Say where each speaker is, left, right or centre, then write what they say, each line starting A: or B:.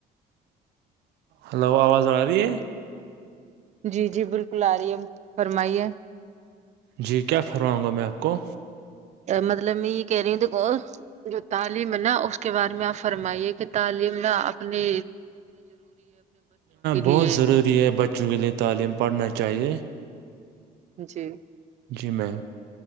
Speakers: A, on the right; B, on the right.
A: ہیلو آواز آ رہی ہے
B: جی جی بالکل آرہی ہے فرمائیے
A: جی کیا فرماؤں گا میں آپ کو
B: مطلب میں یہ کہہ رہی ہوں دھو جو تعلیم ہے نا اس کے بعد میں آپ فرمائیے کہ تعلیم نا اپنے
A: بہت
B: لیے
A: ضروری ہے بچوں کے لیے تعلیم پڑھنا چاہیے
B: جی
A: جی میم